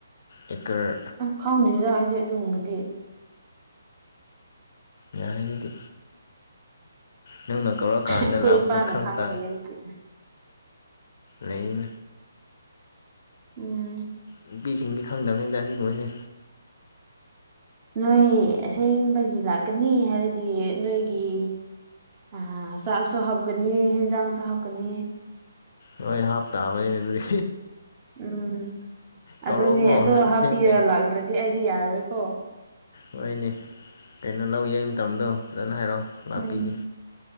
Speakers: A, on the left (about 60°); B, on the right (about 30°).
A: ꯑꯦꯀꯔ
B: ꯈꯪꯗ꯭ꯔꯤꯔ ꯑꯩꯗꯤ ꯑꯗꯨꯒꯨꯝꯕꯗꯤ
A: ꯌꯥꯔꯦ ꯑꯗꯨꯗꯤ ꯅꯪꯅ ꯀꯧꯔꯛꯑꯀꯥꯟꯗ
B: ꯑꯩꯈꯣꯏ
A: ꯂꯥꯛꯄꯗ
B: ꯏꯄꯥꯅ
A: ꯈꯪꯕ
B: ꯈꯪꯍꯜꯂꯦ
A: ꯇꯥꯏ
B: ꯑꯗꯨꯗꯤ
A: ꯂꯩꯅ
B: ꯎꯝ
A: ꯅꯨꯄꯤꯁꯤꯡꯗꯤ ꯈꯪꯗꯝꯕꯅꯤꯗ ꯁꯤꯒꯨꯝꯕꯁꯦ
B: ꯅꯣꯏ ꯑꯁꯦꯡꯕꯒꯤ ꯂꯥꯛꯀꯅꯤ ꯍꯥꯏꯔꯗꯤ ꯅꯣꯏꯒꯤ ꯑ ꯆꯥꯛꯁꯨ ꯍꯥꯞꯀꯅꯤ ꯍꯦꯟꯖꯥꯡꯁꯨ ꯍꯥꯞꯀꯅꯤ
A: ꯃꯣꯏ ꯍꯥꯞꯇꯥꯥꯕꯩꯅꯦ ꯑꯗꯨꯗꯤ
B: ꯎꯝ
A: ꯀꯧꯔꯛꯑꯣꯀꯣ
B: ꯑꯗꯨꯅꯦ ꯑꯗꯣ
A: ꯅꯠ
B: ꯍꯥꯞꯄꯤꯔ
A: ꯑꯁꯦꯡꯕꯅꯦ
B: ꯂꯥꯛꯇ꯭ꯔꯗꯤ ꯑꯩꯗꯤ ꯌꯥꯔꯔꯣꯏꯀꯣ
A: ꯍꯣꯏꯅꯦ ꯀꯩꯅꯣ ꯂꯧ ꯌ ꯃꯇꯝꯗꯣ ꯐꯖꯅ ꯍꯥꯏꯔꯛꯑꯣ ꯂꯥꯛꯄꯤꯒꯦ
B: ꯎꯝ